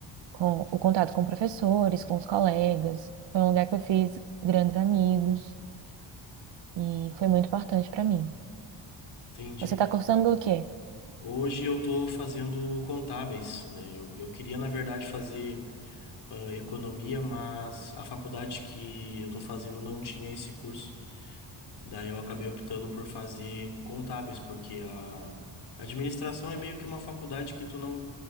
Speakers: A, on the right (about 65°); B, on the left (about 55°).
A: Com o contato com professores, com os colegas. Foi um lugar que eu fiz grandes amigos e foi muito importante para mim.
B: Entendi.
A: Você está cursando o quê?
B: Hoje eu tô fazendo contábeis, né? Eu, eu queria, na verdade, fazer ah, economia, mas a faculdade que eu tô fazendo não tinha esse curso. Daí eu acabei optando por fazer contábeis, porque a administração é meio que uma faculdade que tu não,